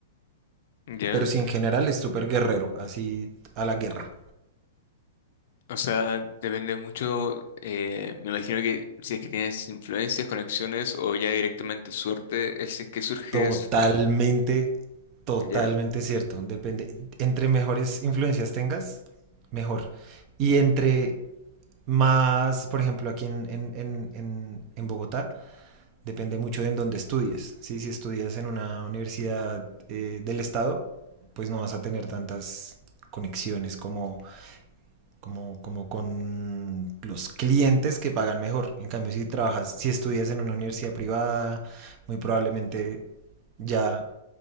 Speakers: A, on the left (about 55°); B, on the right (about 30°).
A: ya,
B: pero sí en general es súper guerrero, así a la guerra.
A: o sea, depende mucho, eh, me imagino que si es que tienes influencias, conexiones o ya directamente suerte, el si es que surge
B: Totalmente, totalmente
A: Ya,
B: cierto. Depende. Entre mejores influencias tengas, mejor. Y entre más, por ejemplo, aquí en, en, en, en, en Bogotá, depende mucho de en dónde estudies. ¿sí? Si estudias en una universidad eh, del estado, pues no vas a tener tantas conexiones como, como, como con los clientes que pagan mejor. En cambio, si trabajas, si estudias en una universidad privada, muy probablemente ya